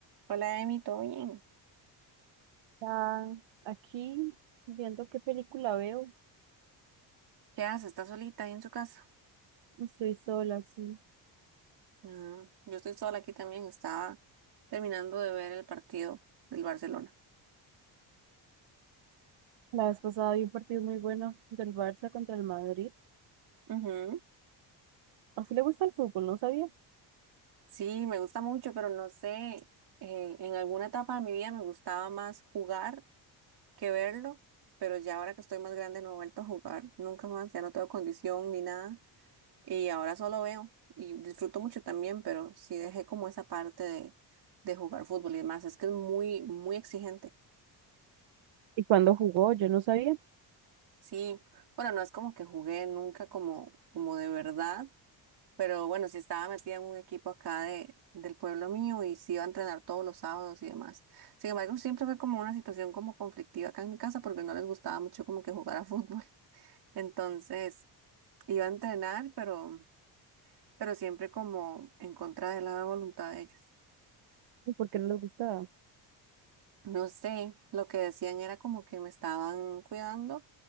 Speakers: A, on the right; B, on the right.
A: Hola, Emi, ¿todo bien?
B: Ah, aquí, viendo qué película veo,
A: ¿Qué haces? ¿Estás solita ahí en su casa?
B: estoy sola, sí.
A: Ah, yo estoy sola aquí también. Estaba terminando de ver el partido del Barcelona.
B: La vez pasada vi un partido muy bueno del Barça contra el Madrid.
A: Ujú.
B: ¿A usted le gusta el fútbol? No sabía.
A: Sí, me gusta mucho, pero no sé, eh, en alguna etapa de mi vida me gustaba más jugar que verlo, pero ya ahora que estoy más grande no he vuelto a jugar, nunca más, ya no tengo condición ni nada, y ahora solo veo y disfruto mucho también, pero sí dejé como esa parte de, de jugar fútbol y demás, es que es muy, muy exigente.
B: ¿Y cuándo jugó? Yo no sabía.
A: Sí, bueno, no es como que jugué nunca como, como de verdad, pero bueno, sí estaba metida en un equipo acá de, del pueblo mío y sí iba a entrenar todos los sábados y demás. Sin embargo, siempre fue como una situación como conflictiva acá en mi casa porque no les gustaba mucho como que jugar a <laughs> fútbol. Entonces, iba a entrenar, pero, pero siempre como en contra de la voluntad de ellos.
B: ¿Y por qué no les gustaba?
A: No sé, lo que decían era como que me estaban cuidando